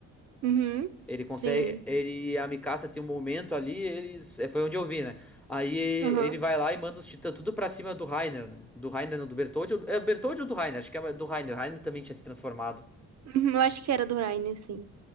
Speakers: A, on the right; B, in the centre.
A: Uhum.
B: Ele consegue.
A: Sim.
B: Ele, a Mikasa tem um momento ali, eles. é, Foi onde eu vi, né? Aí ele
A: Aham.
B: vai lá e manda os titãs tudo pra cima do Reiner, né? Do Reiner, não, do Bertholdt. ou- É o Bertholdt ou do Reiner? Acho que é do Reiner. O Reiner também tinha se transformado.
A: Uhum. Eu acho que era do Ryan, sim.